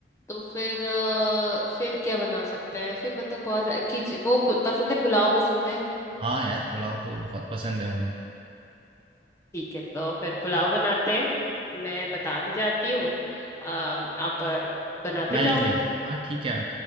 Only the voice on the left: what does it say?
तो फिर अ, फिर क्या बना सकते हैं फिर मतलब बहुत खिच वो प- पसंद है पुलाव पसंद है
ठीक है तो फिर पुलाव बनाते हैं मैं बताती जाती हूँ अम, आप अ, बनाते
जाओ